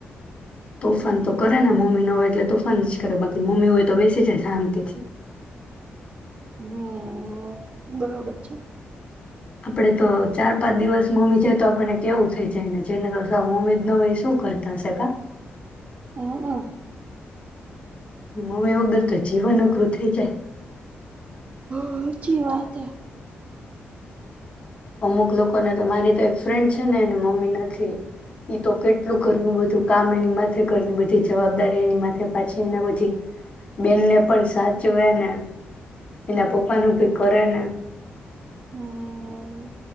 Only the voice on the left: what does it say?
તોફાન તો કરે ને, મમ્મી ન હોય એટલે તોફાન જ કરે, બાકી મમ્મી હોય તો બેસી જાય શાંતિ થી.
આપડે તો ચાર પાંચ દિવસ મમ્મી જાય તો આપણને કેવું થઈ જાય, ને જેને તો મમ્મી સાવ જ ન હોય એ શું કરતા હશે કા.
મમ્મી વગર તો જીવન અઘરું થઇ જાય.
અમુક લોકોને તો મારી તો એક ફ્રેન્ડ છે ને એને મમ્મી નથી, ઈ તો કેટલું ઘરનું બધું કામ એની માથે ઘરની બધી જવાબદારી, એની માથે પાછી એના બધી બેનને પણ સાચવે ને, એના પપ્પાનું ભી કરે ને